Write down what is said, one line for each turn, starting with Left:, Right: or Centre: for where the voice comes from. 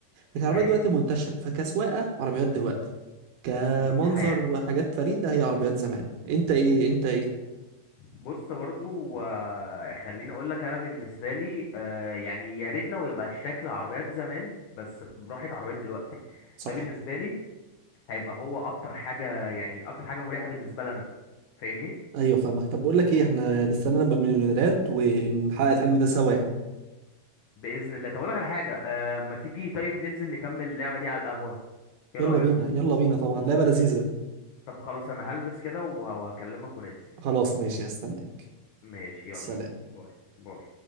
Right: لكن العربيات
Left: ايوه
Right: دلوقتي منتشره فكسواقه عربيات دلوقتي كمنظر
Left: مريحة يعني
Right: وحاجات فريده هي عربيات زمان انت ايه انت ايه
Left: بص برضو آه، خليني اقول لك انا بالنسبة لي آه، يعني يا ريت لو يبقى الشكل عربيات زمان بس براحة عربيات دلوقتي
Right: صح
Left: ده بالنسبة لي هيبقى هو اكتر حاجة يعني اكتر حاجة مريحة بالنسبة لنا فاهمني
Right: ايوه فاهمك طب بقول لك ايه احنا نستنى نبقى مليونيرات ونحقق الحلم ده سوا يعني
Left: بإذن الله طب اقول لك على حاجة آه، ما تيجي طيب ننزل نكمل اللعبة دي على القهوة ايه
Right: يلا
Left: رأيك
Right: بينا يلا بينا طبعا لعبه لذيذه
Left: طب خلاص انا هلبس كده وه- وهكلمك وننزل
Right: خلاص ماشي هستناك
Left: ماشي يلا
Right: سلام
Left: باي باي